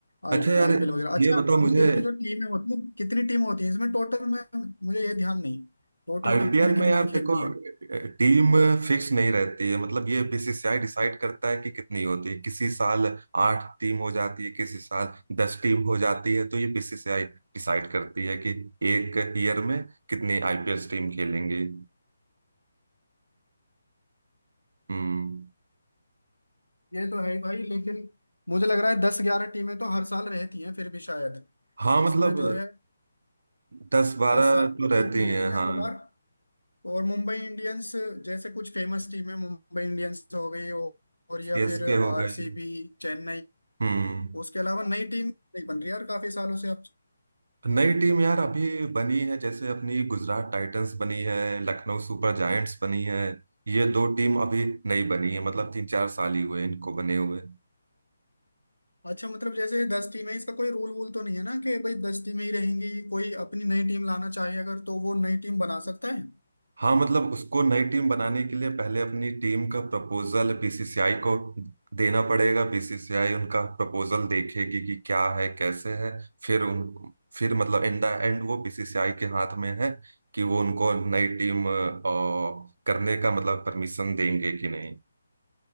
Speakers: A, on the left (about 80°); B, on the right (about 60°).
A: आई
B: अच्छा यार
A: आईपीएल वगैरह अच्छा
B: ये बताओ
A: आईपीएल
B: मुझे
A: की जो टीमें होती हैं कितनी टीम होती हैं इसमें टोटल में मुझे ये ध्यान नहीं टोटल
B: आईपीएल
A: टीमें कितनी
B: में यार
A: खेलती
B: देखो
A: हैं
B: टीम फिक्स नहीं रहती है मतलब ये बीसीसीआई डिसाइड करता है कि कितनी होती है किसी साल आठ टीम हो जाती है किसी साल दस टीम हो जाती है तो ये बीसीसीआई डिसाइड करती है कि एक ईयर में कितनी आईपीएल टीम खेलेंगी हम्म
A: ये तो है ही भाई लेकिन मुझे लग रहा है दस ग्यारह टीमें तो हर साल रहती हैं फिर भी शायद
B: हाँ मतलब
A: इसमें जो है
B: दस बारह
A: दस साल
B: तो
A: में
B: रहती
A: टीम जीती
B: हैं
A: है
B: हाँ
A: हर बार और मुंबई इंडियंस जैसे कुछ फेमस टीम है मुंबई इंडियंस हो गई और और या
B: सीएसके
A: फिर आरसीबी
B: हो गई
A: चेन्नई
B: हम्म
A: उसके अलावा नई टीम नहीं बन रही यार काफी सालों से अब
B: नई टीम यार अभी बनी है जैसे अपनी गुजरात टाइटंस बनी है लखनऊ सुपर जायंट्स बनी है ये दो टीम अभी नई बनी है मतलब तीन चार साल ही हुए इनको बने हुए
A: अच्छा मतलब जैसे दस टीम है इसका कोई रूल वूल तो नहीं है ना कि भाई दस टीमें ही रहेंगी कोई अपनी नई टीम लाना चाहे अगर तो वो नई टीम बना सकता है
B: हाँ मतलब उसको नई टीम बनाने के लिए पहले अपनी टीम का प्रपोजल बीसीसीआई को देना पड़ेगा बीसीसीआई उनका प्रपोजल देखेगी कि क्या है कैसे है फिर उन फिर मतलब एंड एंड वो बीसीसीआई के हाथ में है कि वो उनको नई टीम अ, करने का मतलब परमिशन देंगे कि नहीं